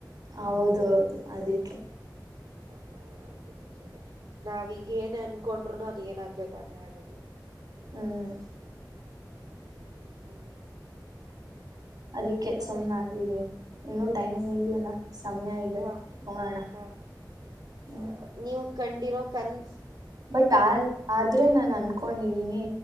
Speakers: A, on the right; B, on the right.
A: ಹೌದ ಹೌದು ಅದಕ್ಕೆ
B: ಹಾ ಅದು ನಿಜನೇ ನಾವೀಗ ಏನ್ ಅನ್ಕೊಂಡರುನು ಅದ ಏನೇನಾಗ್ಬೇಕು ಅದೇ ಆಗದು.
A: ಹ್ಮ್
B: ಹ್ಮ್
A: ಅದಕ್ಕೆ
B: ಮತ್ತೆ
A: ಸುಮ್ನೆ ಆಗಿದ್ದೇನೆ. ಇನ್ನುೂ ಟೈಮ್ ಇದೆಯಲ್ಲ ಸಮಯ ಇದೆ
B: ಹಾ
A: ನೋಡೋಣ
B: ಹಾ
A: ಹ್ಮ
B: ಆ ನೀವು ಕಂಡಿರೋ ಕಂದ
A: ಬಟ್ ಆ ಆದ್ರೆ ನಾನ ಅನ್ಕೊಂಡಿದೀನಿ.